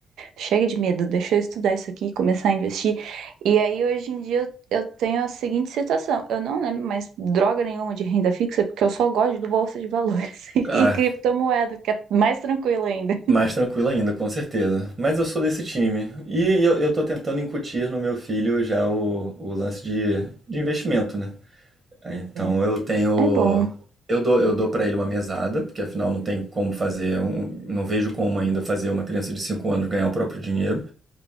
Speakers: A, on the right; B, on the right.
A: chega de medo, deixa eu estudar isso aqui e começar a investir. E aí hoje em dia eu, eu tenho a seguinte situação: eu não lembro mais droga nenhuma de renda fixa, porque eu só gosto do bolsa de valores <laughs> e,
B: Ah,
A: e criptomoeda, que é mais tranquilo ainda.
B: mais tranquilo ainda, com certeza. Mas eu sou desse time. E eu, eu tô tentando incutir no meu filho já o, o lance de, de investimento, né? Então
A: É,
B: eu tenho.
A: é bom,
B: Eu dou, eu dou para ele uma mesada, porque afinal não tem como fazer. um- não vejo como ainda fazer uma criança de 5 anos ganhar o próprio dinheiro.